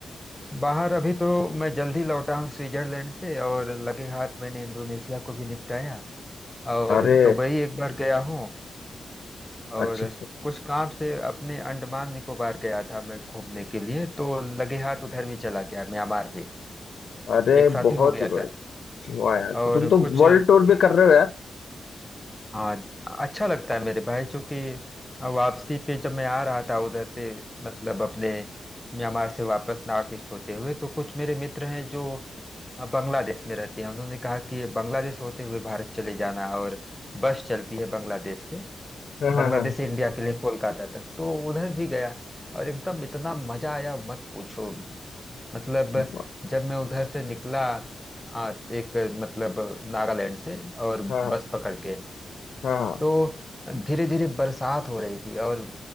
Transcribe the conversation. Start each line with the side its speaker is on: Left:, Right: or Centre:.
Centre: बाहर अभी तो मैं जल्दी लौटा हूँ स्विट्जरलैंड से और लगे हाथ मैंने इंडोनेशिया को भी निपटाया और
Left: हो अरे
Centre: दुबई एक बार गया हूँ
Left: अच्छा
Centre: और
Left: अच्छा
Centre: कुछ काम से अपने अंडमान निकोबार गया था मैं घूमने के लिए तो लगे हाथ उधर भी चला गया म्यांमार भी
Left: अरे
Centre: एक साथ
Left: बहुत
Centre: ही हो गया
Left: ही बढ़िया
Centre: था
Left: वाह यार
Centre: और
Left: तो तुम तो
Centre: कुछ
Left: वर्ल्ड टूर भी कर रहे हो यार
Centre: हाँ अच्छा लगता है मेरे भाई चूंकि वापसी पे जब मैं आ रहा था उधर से मतलब अपने म्यांमार से वापस नॉर्थ ईस्ट होते हुए तो कुछ मेरे मित्र हैं जो बांग्लादेश में रहते हैं उन्होंने कहा कि बांग्लादेश होते हुए भारत चले जाना और बस चलती है बांग्लादेश से
Left: हाँ
Centre: बांग्लादेश
Left: हाँ
Centre: से इंडिया के लिए कोलकाता तक तो उधर भी गया और एकदम इतना मजा आया मत पूछो मतलब
Left: हाँ
Centre: जब मैं उधर से निकला आ, एक मतलब नागालैंड से और
Left: हाँ
Centre: बस पकड़ के
Left: हाँ हाँ,
Centre: तो धीरे धीरे बरसात हो रही थी और